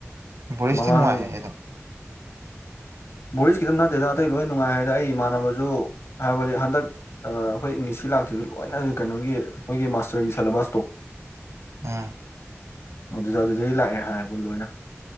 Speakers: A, on the right (about 80°); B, on the left (about 80°).
A: ꯎꯝ ꯔꯤꯁꯇꯤ
B: ꯃꯃꯥꯡ
A: ꯅꯨꯡꯉꯥꯏꯝ
B: ꯚꯣꯔꯤꯁ ꯈꯤꯇꯪ ꯅꯠꯇꯦꯗ ꯑꯇꯩ ꯂꯣꯏ ꯅꯨꯡꯉꯥꯏ ꯍꯥꯏꯔꯦ ꯑꯩ ꯏꯃꯥꯟꯅꯕꯁꯨ ꯍꯥꯏꯕꯗꯤ ꯍꯟꯗꯛ ꯑꯩꯈꯣꯏ ꯏꯪꯂꯤꯁ ꯂꯥꯛꯇꯈꯤꯕꯗꯨ ꯂꯣꯏꯅ ꯀꯩꯅꯣꯒꯤ ꯑꯩꯈꯣꯏꯒꯤ ꯃꯥꯁꯇꯔꯒꯤ ꯁꯦꯂꯦꯕꯥꯁꯇꯣ
A: ꯑꯝ
B: ꯑꯗꯨꯗ ꯑꯗꯨꯗꯒꯤ ꯂꯥꯛꯑꯦ ꯍꯥꯏꯕꯨ ꯂꯣꯏꯅ